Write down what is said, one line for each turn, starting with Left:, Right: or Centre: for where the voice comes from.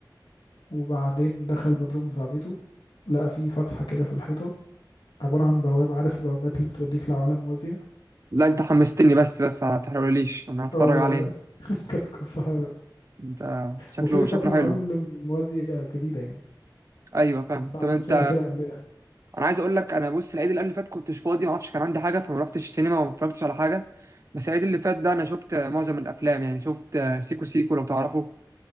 Left: وبعدين دخل البدروم بتاع بيته لقى فيه فتحة كده في الحيطة عبارة عن بوابة عارف البوابات اللي بتوديك لعوالم موازية
Right: لا انت حمستني بس بس ما تحرقليش انا هتفرج
Left: اه
Right: عليه
Left: ده- <laughs> كانت قصة حلوة
Right: انت شكله
Left: وفكرة
Right: شكله
Left: أصلا
Right: حلو
Left: العوالم اللي موازية جديدة يعني
Right: ايوه فاهم
Left: ما اتعملتش
Right: طب انت
Left: قبل كده عندنا
Right: انا عايز اقول لك انا بص العيد اللي قبل اللي فات كنتش فاضي ما اعرفش كان عندي حاجه فما رحتش السينما وما اتفرجتش على حاجه بس العيد اللي فات ده انا شفت معظم الافلام يعني شفت سيكو سيكو لو تعرفه